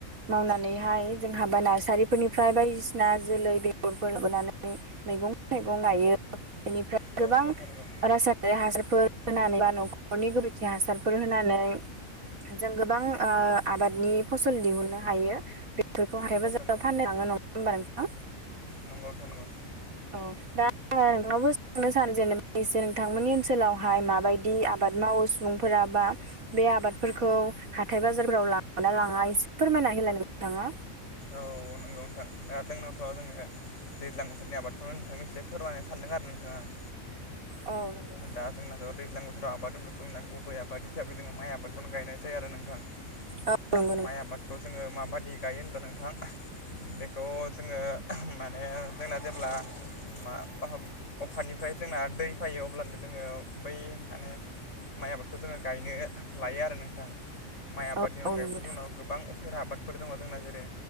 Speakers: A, on the right; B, on the left.
A: मावनानैहाय जोंहाबा नारसारिफोरनिफ्राय बायदिसिना जोलै बेगरफोर लाबोनानैओ मैगं थाइगं गायो बेनिफ्राय
B: औ
A: गोबां
B: नंगौ नोंथां नंगौ
A: रासायनारि हासारफोर <unintelligible> होनानै बा न'खरनि गोबोरखि हासारफोर होनानै जों गोबां आबादनि फसल दिहुननो हायो बेफोरखौ हाथाइ
B: नंगौ
A: बाजाराव
B: नोंथां नंगौ
A: फाननो लाङो नङा। होमबा नोंथांआ
B: नंगौ नोंथां नंगौ।
A: औ दायो नोंनावबो सोंनो सानो जेनेबा एसे नोंथांमोननि ओनसोलावहाय माबायदि आबाद मावो सुबुंफोरा बा बे आबादफोरखौ हाथाय बाजारफोराव लाङोना लाङा एसे फोरमायना होलाय नोंथाङाबो
B: औ नंगौ नोंथां दा जोंनावथ' जोङो। दैज्लां बोथोरनि आबादखौनो नोंथांनिसिम फोरमायनो सानदों आरो नोंथां आं।
A: औ नंगौ।
B: दा जोंनाथ दैज्लां बोथोराव आबाद होनबथ जोंना गुबै आबाद हिसाबै जोङो माइ आबादखौ खौनो गायनाय जायो आरो नोंथां
A: औ नंगौ नंगौ
B: माइ आबादखौ जोङो माबायदि गायो होनब्ला नोंथांआ बेखौ जोङो माने जोंना जेब्लाबो मा अखानिफ्राय जोंना दै फैयो अब्लानो जोङो बै मानेओ माइ आबादखौ जोङो गायनो लायो आरो नोंथां आ माइ आबादनि
A: औ
B: अनगायैबोथ
A: औ नंगौ नोंथां
B: जोंनाव गोबां उफेरा आबादफोर दङ जोंना जेरै